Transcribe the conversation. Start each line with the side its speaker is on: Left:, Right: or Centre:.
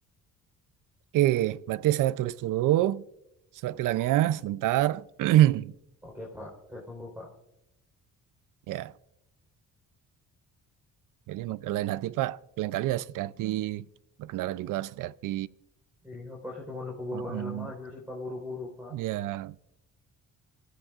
Right: Oke, berarti saya tulis dulu surat tilangnya sebentar. <clears throat>
Centre: Oke Pak, saya tunggu Pak.
Right: Ya, jadi emang lain hati Pak, lain kali harus hati-hati. Berkendara juga harus hati-hati.
Centre: Iya Pak, saya cuma lupa bawa
Right: Mm-mm.
Centre: helm aja sih Pak buru-buru Pak.
Right: Ya,